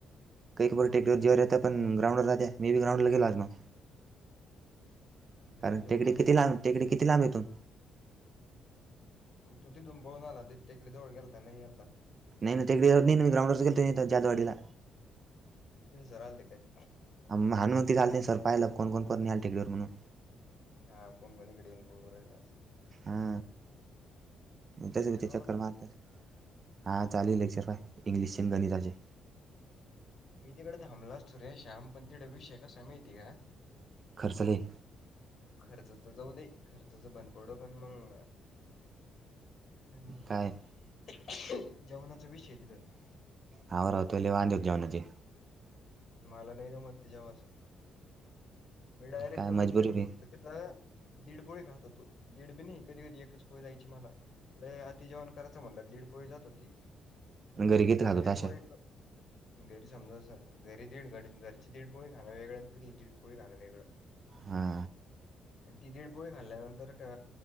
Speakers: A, on the right; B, on the left.
A: काही खर टेकवर
B: हा
A: <unintelligible> पण ग्रांडला जातीया मी बी ग्राउडला गेलो आज मग,
B: म्हणजे
A: कारण
B: तू जाऊन
A: टेकडी
B: आलाय?
A: किती लांब टेकडी किती किती लांब इथून?
B: म तू तिथुनं पळून आला ते टेकडी जवळ गेलता, नाही गेलता.
A: नाही नाही टेकडीवर नाही मी ग्रांऊडलाच गेलो होतो जाधववाडीला.
B: तिज सर आलते काय?
A: <unintelligible> काल ते सर पाहियला कोण कोण पण याल टेकडीवर म्हणून
B: हा कोणकोण हिकडं येऊन पळवू राहिल आस.
A: हा,
B: लेक्चर
A: तस ते बी
B: करू
A: चक्कर
B: लागला
A: मारत्यात.
B: तो.
A: हां चालेल लेक्चर ला इंग्लिशचे गणिताचे
B: मी तिकड थांबलो असतो रे शाम पण तिड विषय कसाये माहितीे का
A: खर्च लई
B: खर्चच जाऊ दे खर्चच भंडपडो पण मग आणि
A: काय
B: जेवणाचा विषय तिथं
A: हा राव ते लई वाधेत जेवनाचे
B: मला नाही जमत ते जेवाच मी डायरेक्ट
A: काय
B: कमीत
A: मजबुरी
B: कमी
A: बी
B: फक्त तिथं, दीड पोळी खात होतो, दीड बी नाही कधी कधी एकच पोळी जायची मला. लय अति जेवण करायचं म्हणलं, दीडपोळी जात होती
A: घरी किती
B: आणि
A: खात
B: दीडपोळी
A: होता अशा
B: गैर समजा स घरी दीड घर घरची दीडपोळी खांन वेगळं आणि तिथली दीडपोळी खाण वेगळं,
A: हा
B: ती दीड पोळी खाल्ल्यानंतर का